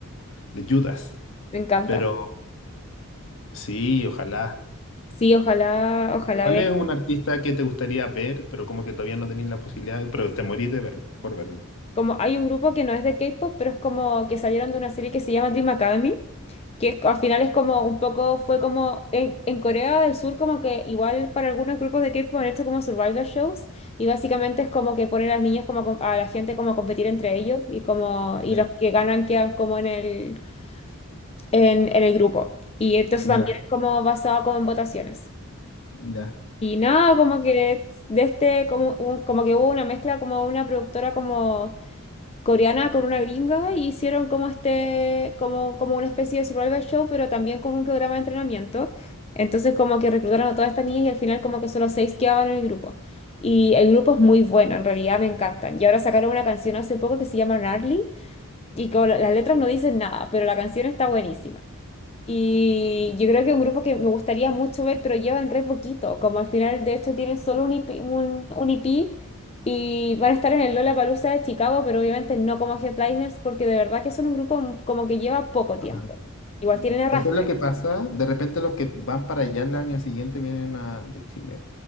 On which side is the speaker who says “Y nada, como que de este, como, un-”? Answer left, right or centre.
Left